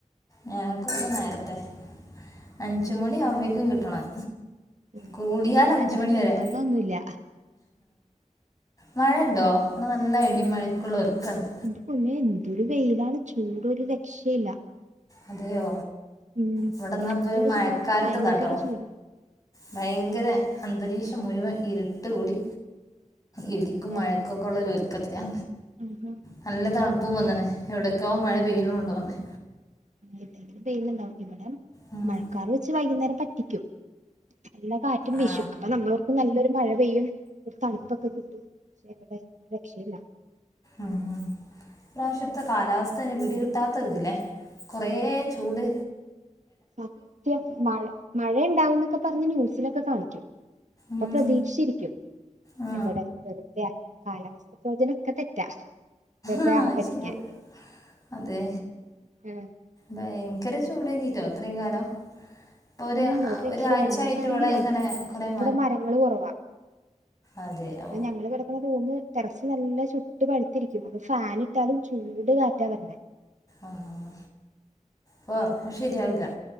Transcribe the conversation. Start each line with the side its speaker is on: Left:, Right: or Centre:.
Left: ഞങ്ങക്ക് വിടെ നേരത്തെ അഞ്ച് മണി ആവുമ്പോഴേക്കും കിട്ടണം
Right: ഉം
Left: കൂടിയാൽ
Right: ഇവിടെ
Left: അഞ്ച്
Right: അങ്ങനെ
Left: മണി
Right: നിർബന്ധമൊന്നുമില്ല
Left: വരെ മഴണ്ടോ ഇവിടെ നല്ല ഇടിമഴക്കുള്ള ഒരുക്കണ്ട്
Right: എന്റെ പൊന്നെ എന്തൊരു വെയിലാണ് ചൂടൊരു രക്ഷയില്ല
Left: അതെയോ
Right: ഉം
Left: ഇവിടെന്നാ
Right: ഭയങ്കര
Left: പ്പൊ മഴക്കാലത്തെതാട്ടോ
Right: ചൂട്ന്ന് പറഞ്ഞാ ഭയങ്കര ചൂട്
Left: ഭയങ്കര അന്തരീക്ഷം മുഴുവൻ ഇരുട്ട് കൂടി ഇടിക്കും
Right: അല്ലേ
Left: മഴക്കൊക്കെ ഉള്ളരു ഒരുക്കത്തിലാ
Right: ആഹാ
Left: നല്ല തണുപ്പും വന്ന്ണ്‌ എവിടക്കോ മഴ പെയ്യുണൂണ്ടോന്ന്ണ്
Right: എവിടെങ്കിലും പെയ്യുന്നുണ്ടാവും ഇവടം
Left: ഉം.
Right: മഴക്കാർ വെച്ച് വൈകുന്നേരം പറ്റിക്കും നല്ല കാറ്റും
Left: ആ
Right: വീശും അപ്പൊ നമ്മൾ നല്ലൊരു മഴ പെയ്യും ഒരു തണുപ്പൊക്കെ കിട്ടും പക്ഷെ ഇവിടെ രക്ഷയില്ല
Left: ആഹ് ആഹ് ഇ പ്രാവശ്യത്തെ കാലാവസ്ഥേന് വിടി കിട്ടാത്തരുതില്ലേ കുറേ ചൂട്
Right: സത്യം മഴ മഴയ ണ്ടാവുന്നൊക്കെ പറഞ്ഞ് ന്യൂസിലൊക്കെ കാണിക്കും അപ്പൊ
Left: ഉം.
Right: പ്രതീക്ഷിച്ചിരിക്കും
Left: ആ
Right: എവിടെ വെറുതെ കാലാവസ്ഥ പ്രവചനൊക്കെ തെറ്റാ വെറുതെ
Left: ആ
Right: ആളെ
Left: അത്
Right: പറ്റിക്കാൻ
Left: ശരിയാ അതെ
Right: ആഹ്.
Left: ഭയങ്കര ചൂടേഞ്ഞീട്ടോ ഇത്രേം കാലം ഇപ്പോൾ
Right: ഉം ഒരു രക്ഷയില്ല
Left: ഒരാഴ്ച
Right: ഞങ്ങൾക്കാണെങ്കിലേ
Left: ആയിട്ട് ഇവിടെ ഇങ്ങനെ കുറേ
Right: ഇവിടെ മരങ്ങള് കൊറവാ
Left: അതെെ അഹ്
Right: അഹ് ഞങ്ങള് കെടക്കണ റൂമ് ടെറസ് നല്ല ചുട്ട് പഴുത്തിരിക്കും അപ്പൊ ഫാന് ഇട്ടാലും ചൂട് കാറ്റാ വരണേ
Left: ആഹ് പൊറക്കാം ശരിയാവില്ല